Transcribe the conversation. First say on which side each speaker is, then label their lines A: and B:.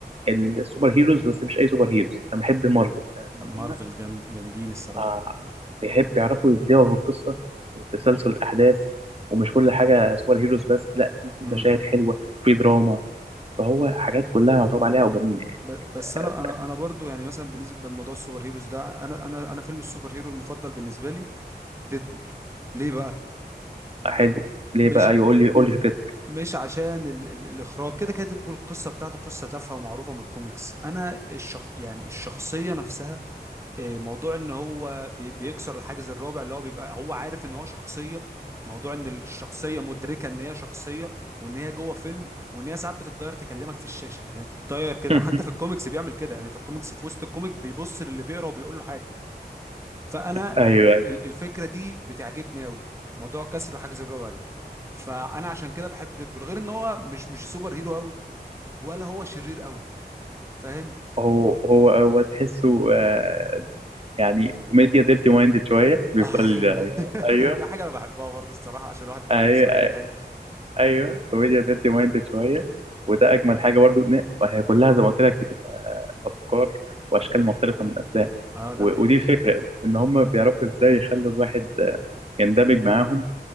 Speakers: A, on the right (about 35°); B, on the right (about 15°).
A: ال- السوبر هيروز بس مش اي سوبر هيروز انا بحب مارفل لان
B: مارفل
A: هم
B: جامد جامدين الصراحه
A: آه، بيحب بيعرفوا يبدعوا في القصه والتسلسل الاحداث ومش كل حاجه سوبر هيروز بس لا في في
B: امم
A: مشاهد حلوه في دراما فهو حاجات كلها متعوب عليها وجميله يعني
B: ب- بس
A: آه،
B: انا انا انا برضو يعني مثلا بالنسبه لموضوع السوبر هيروز ده انا انا انا فيلم السوبر هيرو المفضل بالنسبه لي ديدبول ليه بقى
A: حلو ليه
B: مش
A: بقى يقول لي قول لي فكرتك
B: مش عشان ال ال الاخراج كده كده ديدبول القصه بتاعته قصه تافهه ومعروفه من الكوميكس انا الشخ يعني الشخصيه نفسها آه، موضوع ان هو بي- بيكسر الحاجز الرابع اللي هو بيبقى هو عارف ان هو شخصيه موضوع ان الشخصيه مدركه ان هي شخصيه وان هي جوه فيلم وان هي ساعات بتتضاير تكلمك في الشاشه يعني تتضاير كده
A: <laughs>
B: حتى في الكوميكس بيعمل كده يعني في الكوميكس في وسط الكوميك بيبص للي بيقرا وبيقول له حاجه فانا
A: ايوه
B: ال- الفكره دي بتعجبني قوي موضوع كسر الحاجز الرابع ده فانا عشان كده بحب ديدبول غير ان هو مش مش سوبر هيرو قوي ولا هو شرير قوي فاهم
A: هو هو هو تحسه آه، يعني كوميديا ديرتي مايندد شويه بيفضل
B: <laughs>
A: آه، ايوه
B: دي حاجه انا بحبها برضه الصراحه عشان الواحد يكون
A: ايوه
B: صريح يعني
A: ايوه كوميديا ديرتي مايندد شويه وده اجمل حاجه برضو إن- وهي كلها زي ما قلت لك بتبقى افكار واشكال مختلفه من الافلام
B: اه ده
A: و-
B: حقيقي
A: ودي الفكره ان هم بيعرفوا ازاي يخلوا الواحد آه، يندمج معاهم